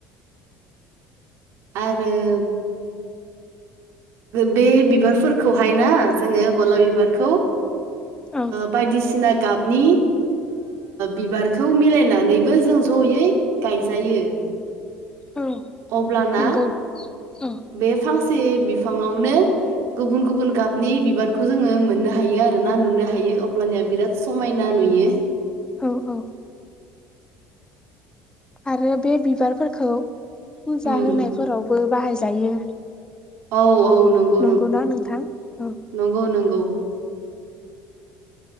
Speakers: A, on the right; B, on the left.
A: आरो बे बिबारफोरखौहाय ना जोङो गलाब बिबारखौ
B: औ
A: बायदिसिना गाबनि बिबारखौ मिलायनानैबो जों जयै गायजायो
B: औ
A: अब्लाना
B: नंगौ औ
A: बे फांसे से बिफाङावनो गुबुन गुबुन गाबनि बिबारखौ जोङो मोननो हायो आरोना नुनो हायो अब्लानिया बिराद समायना नुयो
B: औ औ आरो बे बिबारफोरखौ फुजा
A: उम
B: होनायफोरावबो बाहायजायो
A: औ औ नंगौ
B: नंगौना नोंथां औ
A: नंगौ नंगौ